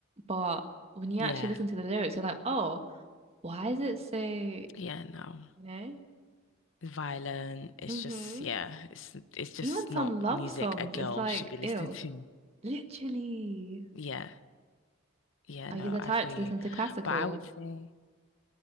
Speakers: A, on the right; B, on the left.
A: but when you
B: Yeah,
A: actually listen to the lyrics, you're like, oh, why is it so, you
B: yeah, no.
A: know?
B: Violent. It's
A: Mm-hmm.
B: just yeah, it's it's just
A: Even some
B: not
A: love
B: music
A: songs,
B: a girl
A: it's like,
B: should be <laughs> listening
A: ew.
B: to.
A: Literally.
B: Yeah, yeah,
A: Are
B: no,
A: you the type
B: I feel
A: to
B: you.
A: listen to classical?
B: But I would say.